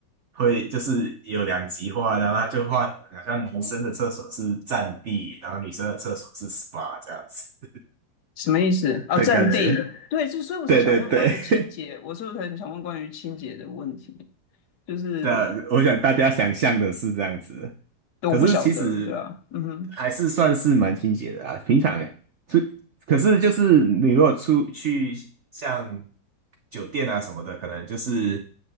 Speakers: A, on the right (about 75°); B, on the left (about 65°).
A: 会就是有两极化，然后他就换，好像男生的厕所是占地，然后女生的厕所是 SPA 这样子。
B: 什么意思啊？
A: 的感觉。
B: 占地，对，就所以我才想问关于清洁，
A: 对对对，<laughs>
B: 我是不是很想问关于清洁的问题？就是
A: 对啊，我想大家想象的是这样子，可是其实
B: 我不晓得，对啊，嗯哼，
A: 还是算是蛮清洁的啊。平常是，可是就是你如果出去像酒店啊什么的，可能就是